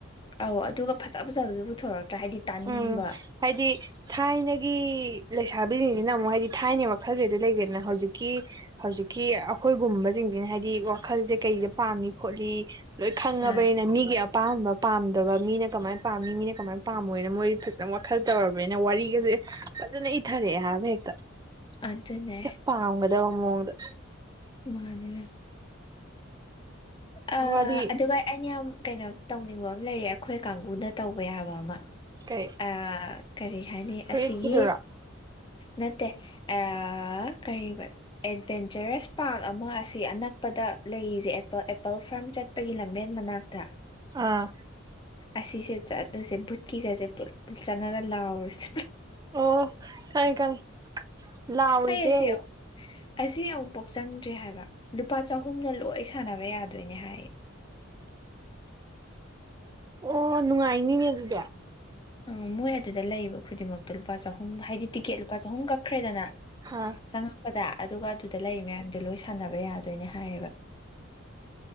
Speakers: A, on the left (about 25°); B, on the right (about 20°).
A: ꯑꯧ ꯑꯗꯨꯒ ꯐꯖ ꯐꯖꯕꯁꯨ ꯄꯨꯊꯣꯔꯛꯇ꯭ꯔꯥ ꯍꯥꯏꯗꯤ ꯇꯥꯅꯤꯡꯕ
B: ꯎꯝ ꯍꯥꯏꯗꯤ ꯊꯥꯏꯅꯒꯤ ꯂꯩꯁꯥꯕꯤꯁꯤꯡꯁꯤꯅ ꯑꯃꯨꯛ ꯍꯥꯏꯗꯤ ꯊꯥꯏꯅꯒꯤ ꯋꯈꯜꯗ ꯂꯩꯈ꯭ꯔꯦꯗꯅ ꯍꯧꯖꯤꯛꯀꯤ ꯍꯧꯖꯤꯛꯀꯤ ꯑꯩꯈꯣꯏꯒꯨꯝꯕ ꯁꯤꯡꯁꯤꯅ ꯍꯥꯏꯗꯤ ꯋꯥꯈꯜꯁꯦ ꯀꯩꯗ ꯄꯥꯝꯃꯤ ꯈꯣꯠꯂꯤ ꯂꯣꯏ ꯈꯪꯉꯕꯅꯤꯅ
A: ꯑ
B: ꯃꯤꯒꯤ ꯑꯄꯥꯝꯕ ꯄꯥꯝꯗꯕ ꯃꯤꯅ ꯀꯃꯥꯏꯅ ꯄꯥꯝꯃꯤ ꯃꯤꯅ ꯀꯃꯥꯏꯅ ꯄꯥꯝꯃꯣꯏꯅ ꯃꯣꯏ ꯐꯖꯅ ꯋꯥꯈꯜ ꯇꯧꯔꯕꯅꯤꯅ ꯋꯥꯔꯤꯒꯁꯦ ꯐꯖꯅ ꯏꯊꯔꯛꯑꯦ ꯍꯥꯏꯕ ꯍꯦꯛꯇ
A: ꯑꯗꯨꯅꯦ
B: ꯄꯥꯝꯒꯗꯕ ꯃꯑꯣꯡꯗ
A: ꯃꯥꯅꯦ ꯑ
B: ꯋꯥꯔꯤ
A: ꯑꯗꯨꯒ ꯑꯩꯅ ꯌꯥꯝ ꯀꯩꯅꯣ ꯇꯧꯅꯤꯡꯕ ꯑꯃ ꯂꯩꯔꯦ ꯑꯩꯈꯣꯏ ꯀꯥꯡꯒꯨꯅ ꯇꯧꯕ ꯌꯥꯕ ꯑꯃ
B: ꯀꯩ
A: ꯑ ꯀꯔꯤ ꯍꯥꯏꯅꯤ
B: ꯐꯨꯔꯤꯠꯀꯤꯗꯨꯔꯣ
A: ꯑꯁꯤꯒꯤ ꯅꯠꯇꯦ ꯑ ꯀꯔꯤꯕ ꯑꯦꯠꯕꯦꯟ ꯄꯥꯔꯛ ꯑꯃ ꯑꯁꯤ ꯑꯅꯛꯄꯗ ꯂꯩꯔꯤꯁꯦ ꯑꯦꯄꯜ ꯑꯦꯄꯜ ꯐꯥꯔꯝ ꯆꯠꯄꯒꯤ ꯂꯝꯕꯦꯟ ꯃꯅꯥꯛꯇ
B: ꯑꯥ
A: ꯑꯁꯤꯁꯦ ꯆꯠꯄꯁꯦ ꯕꯨꯠꯀꯤꯒꯁꯦ ꯄꯨꯂꯞ ꯄꯨꯟ ꯆꯪꯉꯒ ꯂꯥꯎꯔꯨꯁꯦ
B: ꯑꯣ ꯈꯪꯉꯦ ꯈꯪꯉꯦ ꯂꯥꯎꯔꯤꯁꯦ
A: ꯑꯩ ꯑꯁꯤ ꯑꯁꯤ ꯑꯃꯨꯛꯐꯧ ꯆꯪꯗ꯭ꯔꯤ ꯍꯥꯏꯕ ꯂꯨꯄꯥ ꯆꯍꯨꯝꯅ ꯂꯣꯏ ꯁꯥꯟꯅꯕ ꯌꯥꯗꯣꯏꯅꯦ ꯍꯥꯏꯌꯦ
B: ꯑꯣ ꯅꯨꯡꯉꯥꯏꯅꯤꯅꯦ ꯑꯗꯨꯗꯤ
A: ꯑꯝ ꯃꯣꯏ ꯑꯗꯨꯗ ꯂꯩꯕ ꯈꯨꯗꯤꯡꯃꯛꯇꯣ ꯂꯨꯄꯥ ꯆꯍꯨꯝ ꯍꯥꯏꯗꯤ ꯇꯤꯀꯦꯠ ꯂꯨꯄꯥ ꯆꯍꯨꯝ ꯀꯛꯈ꯭ꯔꯦꯗꯅ
B: ꯑꯥ
A: ꯆꯪꯉꯛꯄꯗ ꯑꯗꯨꯒ ꯑꯗꯨꯗ ꯂꯩꯔꯤ ꯃꯌꯥꯝꯗꯣ ꯂꯣꯏ ꯁꯥꯟꯅꯕ ꯌꯥꯗꯣꯏꯅꯦ ꯍꯥꯏꯌꯦꯕ